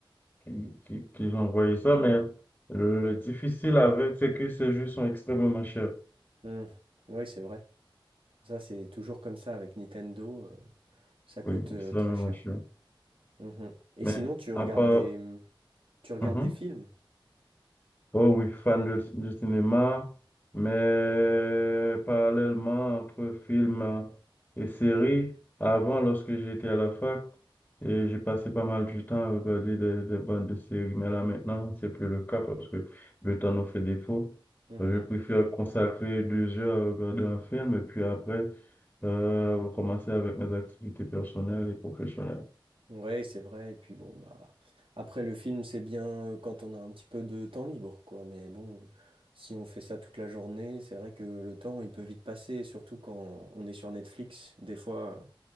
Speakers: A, on the left (about 25°); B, on the right (about 80°).
A: qui, qui, qui ont envoyé ça, mais le, le difficile avec, c'est que ces jeux sont extrêmement chers.
B: hum, Oui, c'est vrai. Ça, c'est toujours comme ça avec Nintendo. euh, ça coûte
A: Oui,
B: euh,
A: extrêmement
B: très cher.
A: chers.
B: Mhm. Et
A: Mais
B: sinon, tu regardes
A: à part...
B: des, hum, tu regardes
A: Mhm.
B: des films?
A: Oh oui, fan de- du cinéma, mais parallèlement entre films et séries, avant, lorsque j'étais à la fac, et j'ai passé pas mal du temps à regarder des, des bandes de séries, mais là maintenant, c'est plus le cas parce que le temps nous fait défaut.
B: Mhm.
A: Je préfère consacrer deux heures à regarder un film et puis après, euh, recommencer avec mes activités personnelles et professionnelles.
B: Ouais, c'est vrai. Et puis bon, bah après le film, c'est bien euh, quand on a un petit peu de temps libre, quoi. Mais bon, si on fait ça toute la journée, c'est vrai que le temps, il peut vite passer, surtout quand on est sur Netflix. Des fois, euh,